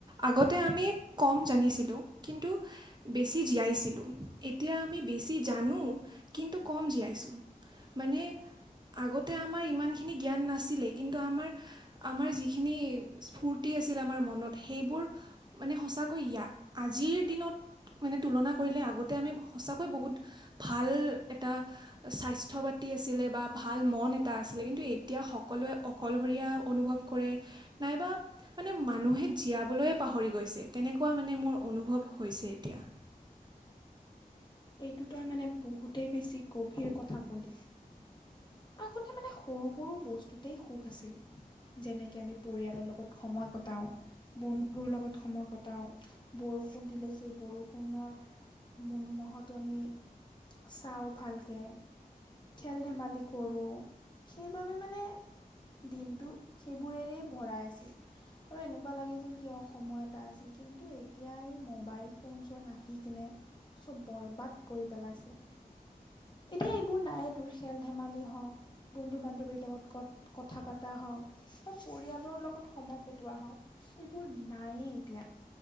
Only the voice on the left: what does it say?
এইটো তই মানে বহুতেই বেছি গভীৰ কথা ক'লি।
আগতে মানে সৰু- সৰু বস্তুতেই সুখ আছিল, যেনেকে আমি পৰিয়ালৰ লগত সময় কটাওঁ- বন্ধুৰ লগত সময় কটাও, বৰষুণ দিলে সেই বৰষুণৰ- মনোমোহাটো আমি চাওঁ ভালকে, খেল-ধেমালি কৰোঁ, সেইবাবে মানে- দিনটো সেইবোৰেৰেই ভৰাই আছিল। আৰু এনেকুৱা লাগিছিল কিয় সময় এটা আছিল, কিন্তু এতিয়া আৰু মোবাইল ফোন-চোন আহি কিনে- চব বৰবাদ কৰি পেলাইছে। এতিয়া এইবোৰ নায়ে তোৰ খেল ধেমালি হওঁক- বন্ধু বান্ধৱীৰ লগত ক কথা পতা হওঁক বা পৰিয়ালৰ লগত সময় কটোৱা হওক। এইবোৰ নায়েই এতিয়া